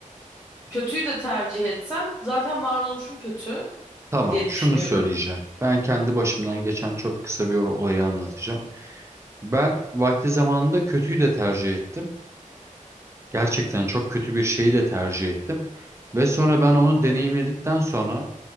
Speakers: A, on the left (about 20°); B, on the right (about 20°).
A: kötüyü de tercih etsen zaten varoluşun kötü.
B: Tamam,
A: diye
B: şunu
A: düşünüyorum.
B: söyleyeceğim. Ben kendi başımdan geçen çok kısa bir olayı anlatacağım. Ben vakti zamanında kötüyü de tercih ettim. Gerçekten çok kötü bir şeyi de tercih ettim. Ve sonra ben onu deneyimledikten sonra